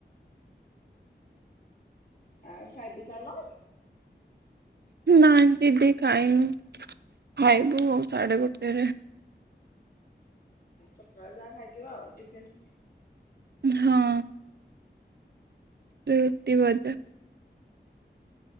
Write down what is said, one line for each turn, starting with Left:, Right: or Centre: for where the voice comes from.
Left: ଆଉ ଖାଇପି ସାରଲଣି?
Right: ନାଇଁ ଦିଦି ଖାଇନୁ ଖାଇବୁ ସାଡେ ଗୋଟେରେ।
Left: ଛୁଆ ଯାହା ଖାଇଥିବ ଆଉ ଟିଫିନ
Right: ହଁ। ତୁ ରୁଟି ଭଜା।